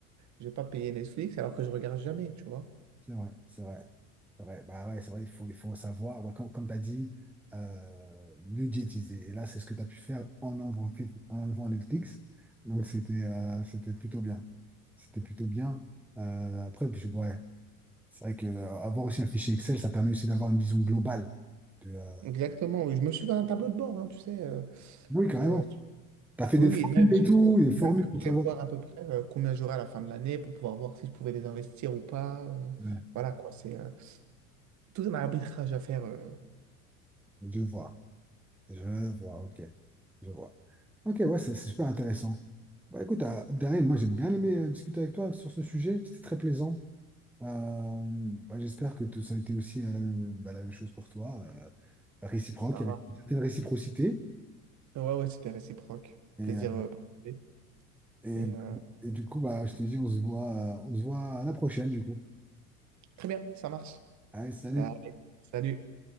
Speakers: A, on the right (about 40°); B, in the centre.
A: J'ai pas payé Netflix alors que je regarde jamais, tu vois.
B: C'est vrai, c'est vrai. C'est vrai. Bah ouais, c'est vrai, il faut, il faut savoir, ouais, comme, comme tu as dit, euh, budgétiser. Et là, c'est ce que tu as pu faire en enlevant, en enlevant Netflix. Donc, c'était euh, c'était plutôt bien. C'était plutôt bien. Euh, après, puis, ouais, c'est vrai que euh, avoir aussi un fichier Excel, ça permet aussi d'avoir une vision globale. De, euh,
A: Exactement, oui. Je me suis fait un tableau de bord, hein, tu sais. euh,
B: Oui, carrément.
A: euh,
B: Tu as fait
A: oui,
B: des
A: oui,
B: formules
A: et même
B: et
A: j'ai
B: tout,
A: dû
B: des formules pour
A: prévoir
B: savoir.
A: à peu près euh, combien j'aurais à la fin de l'année pour pouvoir voir si je pouvais les investir ou pas. euh,
B: Ouais,
A: voilà quoi, c'est euh, tout un arbitrage à faire. euh,
B: je vois, je vois, ok. Je vois. Ok, ouais, c'est c'est super intéressant. Bah, écoute, euh, Daryl, moi j'ai bien aimé euh, discuter avec toi sur ce sujet, c'était très plaisant. Euh, bah, j'espère que tout ça a été aussi euh, la même, euh, bah, la même chose pour toi, euh, réciproque,
A: ça
B: avec
A: marche.
B: une certaine réciprocité.
A: Ouais, ouais, c'était réciproque.
B: Et,
A: Plaisir
B: euh,
A: euh, partagé.
B: et,
A: Et euh,
B: et du coup, bah, je te dis, on se voit, euh, on se voit à la prochaine, du coup.
A: très bien, ça marche.
B: Allez, salut!
A: Allez, salut.